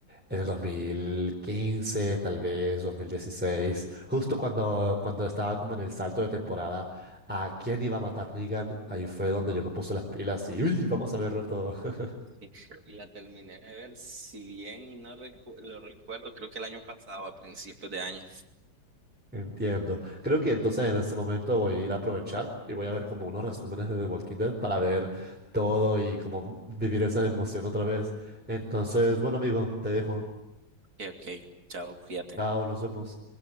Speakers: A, in the centre; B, on the right.
A: en el 2015, tal vez 2016, justo cuando, cuando estaba como en el salto de temporada, ¿a quién iba a matar Negan? Ahí fue donde yo me puse las pilas y uy, vamos a verlo todo. <laughs>
B: Sí, la terminé de ver, si bien y no recu- lo recuerdo, creo que el año pasado, a principios de año.
A: Entiendo. Creo que entonces en este momento voy a ir a aprovechar y voy a ver como unos resúmenes de The Walking Dead para ver todo y como vivir esa emoción otra vez. Entonces, bueno amigo, te dejo.
B: Ok, ok, chao, cuídate.
A: Chao, nos vemos.